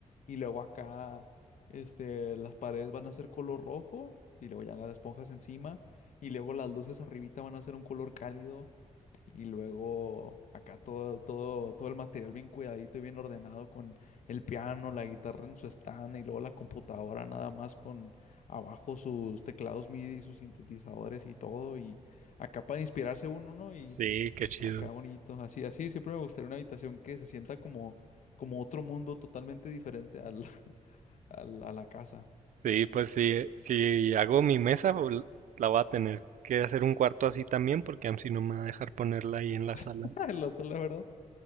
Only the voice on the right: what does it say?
Sí, qué chido.
Sí, pues sí, si hago mi mesa, vol- la voy a tener que hacer un cuarto así también, porque am- si no me va a dejar ponerla ahí en la sala.